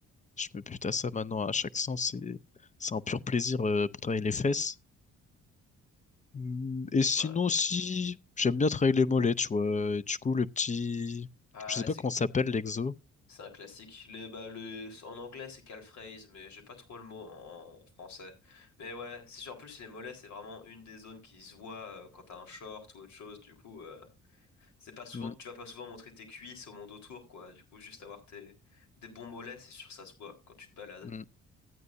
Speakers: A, on the left; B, on the left.
A: je me bute à ça maintenant à chaque sens. C'est, c'est un pur plaisir euh, pour travailler les fesses. Hum, Et sinon,
B: Ouais.
A: si, j'aime bien travailler les mollets, tu vois. Et Du coup, le petit,
B: Ah
A: je
B: ouais,
A: sais pas
B: c'est
A: comment ça s'appelle l'exo.
B: C'est un classique. Les, bah, le, en anglais, c'est calfraise, mais j'ai pas trop le mot en, en français. Mais ouais, c'est sûr. En plus, les mollets, c'est vraiment une des zones qui se voit euh, quand t'as un short ou autre chose. Du coup, euh, c'est pas souvent
A: Mm,
B: que tu vas pas souvent montrer tes cuisses au monde autour, quoi. Du coup, juste avoir tes, des bons mollets, c'est sûr, ça se voit quand tu te balades.
A: mm.